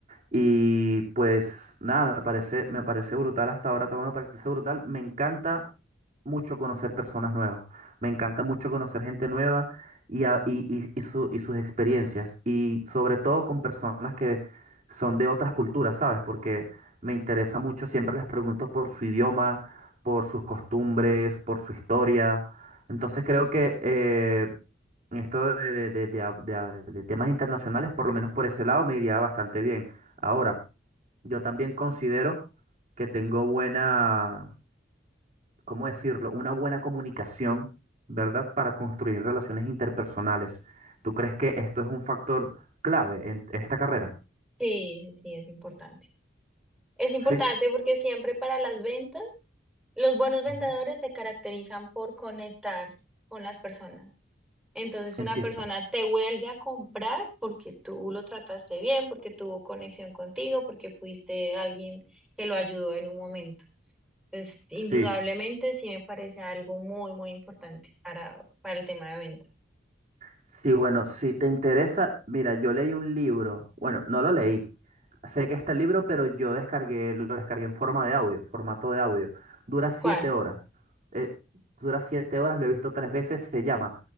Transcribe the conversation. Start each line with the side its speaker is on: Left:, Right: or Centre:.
Right: Y pues nada, me parece, me parece brutal hasta ahora, todo me parece brutal. Me encanta mucho conocer personas nuevas, me encanta mucho conocer gente nueva y, a- y, y, y su- y sus experiencias. Y sobre todo con personas que son de otras culturas, ¿sabes? Porque me interesa mucho, siempre les pregunto por su idioma, por sus costumbres, por su historia. Entonces creo que eh, esto de, de- de- de a- de a- de temas internacionales, por lo menos por ese lado, me iría bastante bien. Ahora, yo también considero que tengo buena, ¿cómo decirlo? Una buena comunicación, ¿verdad? Para construir relaciones interpersonales. ¿Tú crees que esto es un factor clave en esta carrera?
Centre: sí, sí, sí, es importante. Es importante
Right: Sí,
Centre: porque siempre para las ventas, los buenos vendedores
Right: Ujú.
Centre: se caracterizan por conectar con las personas. Entonces
Right: entiendo.
Centre: una persona te vuelve a comprar porque tú lo trataste bien, porque tuvo conexión contigo, porque fuiste alguien que lo ayudó en un momento. Entonces, indudablemente
Right: Sí.
Centre: sí me parece algo muy, muy importante para, para el tema de ventas.
Right: Sí, bueno, si te interesa, mira, yo leí un libro, bueno, no lo leí, sé que está el libro, pero yo descargué, lo descargué en forma de audio, formato de audio. Dura siete
Centre: ¿Cuál?
Right: horas, eh, dura siete horas, lo he visto tres veces, se llama